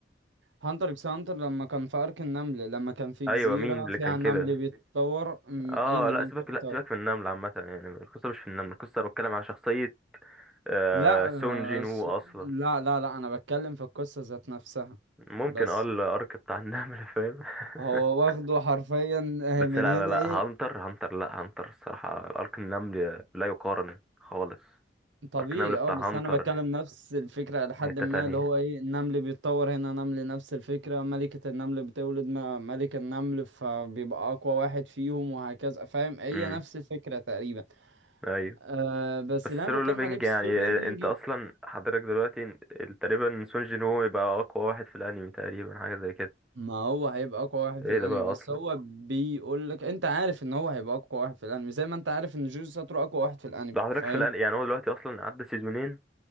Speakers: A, on the right (about 85°); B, in the centre.
A: هانتر اكس هانتر لما كان في ارك النمل لما كان في
B: أيوة
A: جزيرة
B: مين اللي
A: فيها
B: كان كده
A: نمل بيتطور م،
B: اه
A: ايه اللي
B: لا
A: مين
B: سيبك
A: كان
B: لا
A: بيتطور
B: سيبك من النمل عامة يعني القصة مش في النمل القصة أنا بتكلم على شخصية آه
A: لا
B: سون جين
A: آه، س-
B: وو اصلا
A: لا لا لا انا بتكلم في القصة ذات نفسها
B: ممكن
A: بس
B: اه الارك بتاع النمل فاهم <laughs>
A: هو واخده حرفيا <laughs>
B: بس
A: من
B: لا
A: هنا
B: لا لا
A: ايه
B: هانتر هانتر لا هانتر الصراحة الارك النمل لا يقارن خالص
A: طبيعي
B: ارك النمل بتاع
A: اه بس
B: هانتر
A: انا بتكلم نفس الفكرة لحد
B: حتة
A: ما
B: تانية
A: اللي هو ايه النمل بيتطور هنا نمل نفس الفكرة ملكة النمل بتولد م- ملك النمل فبيبقى اقوى واحد فيهم وهكذا فاهم هي
B: امم
A: نفس الفكرة تقريبا
B: ايوه
A: أه بس
B: بس
A: اللي
B: سولو
A: انا بتكلم
B: ليفينج
A: عليه بالسولو
B: يعني
A: ليفلنج
B: انت اصلا حضرتك دلوقتي ال- تقريبا سون جين وو يبقى اقوى واحد في الانمي تقريبا حاجة زي كده
A: ما هو هيبقى اقوى واحد
B: ايه
A: في الانمي
B: ده بقى اصلا
A: بس هو بيقول لك انت عارف ان هو هيبقى اقوى واحد في الانمي زي ما انت عارف ان جوجوتسو ساتورو اقوى واحد في الانمي
B: ده حضرتك
A: فاهم
B: في الان يعني هو دلوقتي اصلا عدى سيزونين